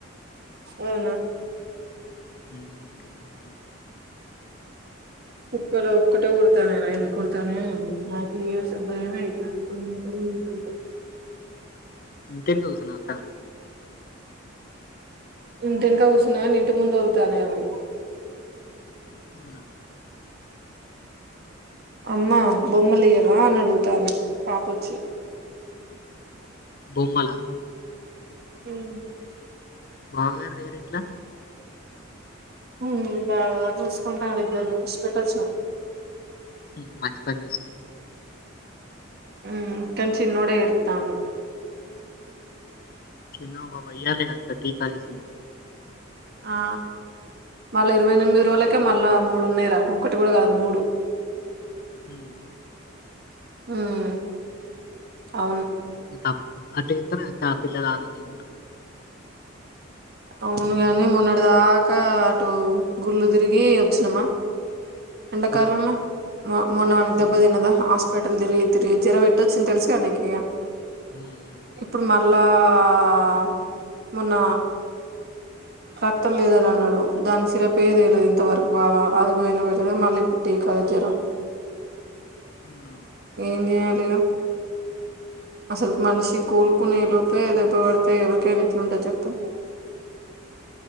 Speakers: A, on the right; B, on the left.
A: అవునా
B: ఉమ్ అవునక్కా
A: కుక్కలు ఒక్కటే ఓర్తాన్ని రా ఎందుకు ఓరుతన్నయ్య ఏమో నాకు ఈ భయమే అయితాంది సంట
B: ఇంటెనక కూసున్నవాకా
A: ఇంటెకా కూర్చున్నా కాని ఇంటి ముందు ఓర్తాతానే అవి
B: అవునా
A: అమ్మా బొమ్మలియవా అని అడుగుతాంధి పాపోచ్చీ
B: బొమ్మలా
A: ఉం
B: బావ గారు లేరా ఇంట్లో
A: ఉం బాగా చూసుకుంటారు ఇద్దరు ఇడిసి పెట్టి వచ్చినం
B: ఉం మంచి పని చేసా
A: ఉం కానీ చిన్నోడే ఎడుత్తా వుండు
B: చిన్న బబాయ్యాల కాక్కటిటీకాసి <unintelligible>
A: ఆ మళ్ళా ఇరవై ఎనిమిది రోజులకే మళ్ళా మూడు ఉన్నాయిరా ఒటి కూడా కాదు మూడు
B: ఉం ఉం
A: ఉం అవును
B: త అట్తనేక్క పిల్లలు ఆరోగ్యంగా ఉంటారు మరి <unintelligible>
A: అవునుగాని మొన్నటి దాకా అటు గుళ్ళు తిరిగి వచ్చినమా ఎండాకాలంలో
B: ఆ,
A: మ మొన్న వడ దెబ్బ
B: ఉమ్,
A: తిన్నదా హా హాస్పిటల్ తిరిగి తిరిగి జరం ఎట్టోచిందో తెలిసిగా నీకు ఇగ
B: ఉమ్, ఉమ్, తెలుసు
A: ఇప్పుడు మళ్ళా ఆ మొన్న రక్తం లేదని అన్నాడు దాని సిరప్ ఏది వేయలేదు ఇంతవరకు బాగా అది పోయిన వళ్లేదు మళ్ళీప్పుడు టీకా జరం
B: అవునా
A: ఏం చేయాలిగ అసలుకు మనిషి కోలుకునే లోపే దెబ్బ పడితే ఎవరికైనా ఎట్లుంటది చెప్పు